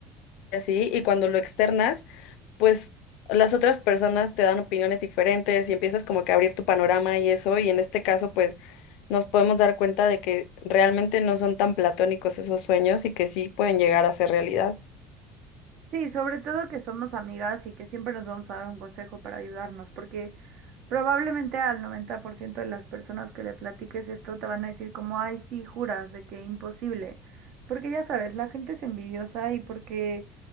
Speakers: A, on the left; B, on the right.
A: y así, y cuando lo externas, pues las otras personas te dan opiniones diferentes y empiezas como que a abrir tu panorama y eso, y en este caso pues nos podemos dar cuenta de que realmente no son tan platónicos esos sueños y que sí pueden llegar a ser realidad.
B: Sí, sobre todo que somos amigas y que siempre nos vamos a dar un consejo para ayudarnos, porque probablemente al 90% de las personas que le platiques esto te van a decir como, ay, sí, juras de que imposible, porque ya sabes, la gente es envidiosa y porque